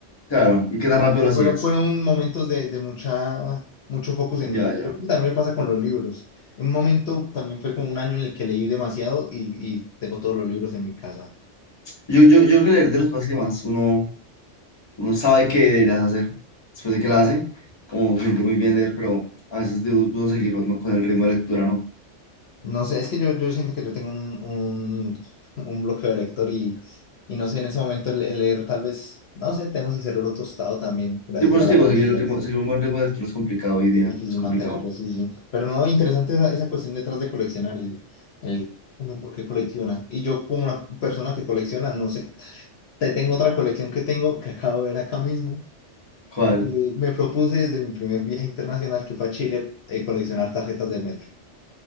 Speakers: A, on the left; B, on the left.
A: Claro, y qué tan
B: Como
A: rápido
B: que fueron,
A: lo hacías.
B: fueron momentos de, de mucha, mucho focus en
A: Ya,
B: mi vida.
A: ya.
B: Yo creo que también me pasa con los libros. En un momento también fue como un año en el que leí demasiado y, y tengo todos los libros en mi casa.
A: Yo, yo, yo creo que leer de las cosas que más uno, uno sabe que deberías hacer después de que la hace, como gente muy bien leer, pero a veces dudo, dudo seguir ¿no? con el ritmo de lectura, ¿no?
B: No sé, es que yo, yo siento que yo tengo un, un, <laughs> un bloqueo de lector y, y no sé, en ese momento el, el leer tal vez, no sé, tenemos el cerebro tostado también gracias
A: Sí, por
B: a
A: eso
B: las
A: te digo,
B: redes
A: seguir,
B: sociales.
A: el ritmo, seguir un buen ritmo de lectura es complicado hoy
B: Es
A: día,
B: difícil
A: es complicado.
B: mantenerlo, sí, sí. Pero no, interesante esa, esa cuestión detrás de coleccionar el, el uno por qué colecciona. Y yo como una persona que colecciona, no sé. Te tengo otra colección que tengo que acabo de ver acá mismo.
A: ¿Cuál?
B: Eh, me propuse desde mi primer viaje internacional que fue a Chile eh, coleccionar tarjetas de metro.